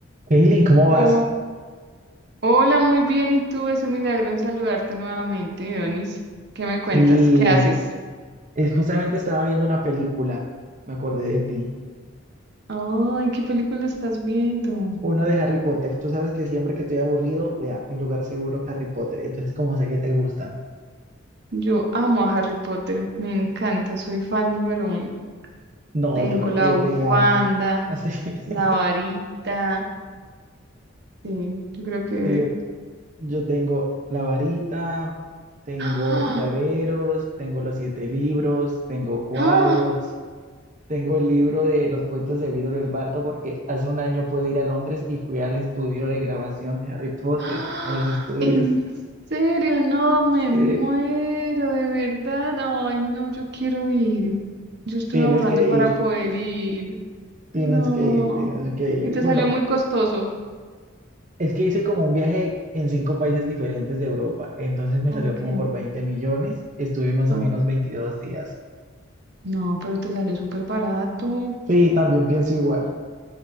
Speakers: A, on the right (about 40°); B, on the right (about 55°).
A: Kaylin, ¿cómo
B: Oh,
A: vas?
B: hola, muy bien. ¿Y tú? Es un milagro en saludarte nuevamente, Donis. ¿Qué me cuentas?
A: Sí,
B: ¿Qué haces?
A: es- justamente estaba viendo una película, me acordé de ti,
B: Ay, ¿qué película estás viendo?
A: una de Harry Potter. Tú sabes que siempre que estoy aburrido, vea, mi lugar seguro, Harry Potter. Entonces, como sé que te gustan?
B: Yo amo a Harry Potter. Me encanta. Soy fan número uno.
A: No,
B: Tengo
A: yo creo
B: la
A: que yo
B: bufanda,
A: te gano. Así, <laughs>
B: la varita. Sí, yo creo que...
A: sí, yo, yo tengo la varita, tengo
B: <gasps> ¡Ah!
A: llaveros, tengo los siete libros, tengo cuadros.
B: ¡Ah!
A: Tengo el libro de los cuentos de Víctor el Bardo porque hace un año pude ir a Londres y fui al estudio de grabación de Harry Potter,
B: ¡Ah!
A: a los estudios.
B: ¿En serio? No, me
A: Sí,
B: muero, de verdad. Ay, no, yo quiero ir. Yo estoy
A: tienes
B: ahorrando
A: que
B: para
A: ir,
B: poder ir.
A: tienes
B: No.
A: que ir, tienes que ir.
B: Y te
A: Bueno,
B: salió muy costoso.
A: es que hice como un viaje en cinco países diferentes de Europa, entonces me
B: Ok.
A: salió como por 20 millones, estuve más
B: ok.
A: o menos 22 días.
B: No, pero te salió súper barato.
A: Sí, también pienso igual,